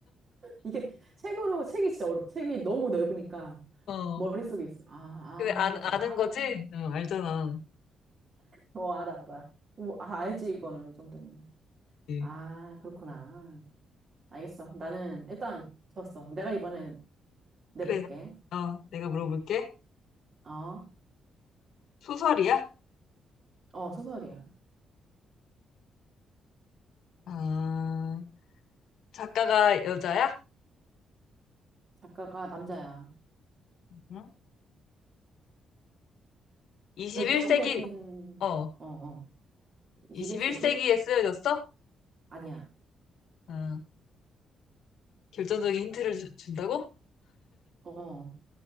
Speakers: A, on the right; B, on the left.
A: 이게 책으로, 책이 진짜 어렵, 책이 너무 넓으니까
B: 어, 어.
A: 머릿속에 있어. 아,
B: 근데 아,
A: 아, 맞아.
B: 아는
A: 아,
B: 거지? 어, 알잖아.
A: 어, 알아, 알아. 뭐, 아, 알지, 이거는, 이 정도면.
B: 예.
A: 아, 그렇구나. 알겠어. 나는 일단 졌어. 내가 이번엔 내볼게.
B: 그래. 어, 내가 물어볼게.
A: 어,
B: 소설이야?
A: 어, 소설이야.
B: 아, 작가가 여자야?
A: 작가가 남자야.
B: 응? 21세기,
A: 결정적인,
B: 어,
A: 어, 어, 21세기?
B: 21세기에 쓰여졌어?
A: 아니야.
B: 아, 결정적인 힌트를 주- 준다고?
A: 어. 어.